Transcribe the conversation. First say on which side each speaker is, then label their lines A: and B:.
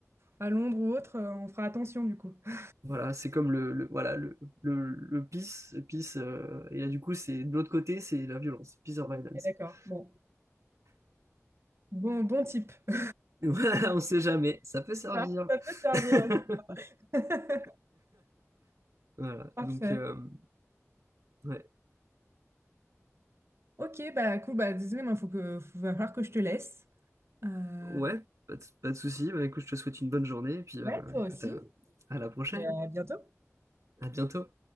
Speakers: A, on the right (about 55°); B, on the right (about 70°).
A: à Londres ou autre, euh, on fera attention du coup. <laughs>
B: Voilà, c'est comme le, le- voilà, le, le, le peace, le peace, euh, et là, du coup, c'est de l'autre côté, c'est la violence, peace or violence.
A: Et d'accord,
B: <laughs>
A: bon. Bon, bon type. <laughs>
B: Voilà, on sait jamais, ça peut servir.
A: Ça, ça peut servir.
B: <laughs>
A: <laughs>
B: Voilà,
A: Parfait.
B: donc, euh, ouais,
A: Ok, bah cool, bah désolé, il faut que, faut- va falloir que je te laisse. Euh,
B: ouais, pas de, pas de souci. Bah, écoute, je te souhaite une bonne journée, et puis, euh,
A: ouais, toi
B: écoute,
A: aussi.
B: à à la prochaine,
A: Et à bientôt.
B: à bientôt.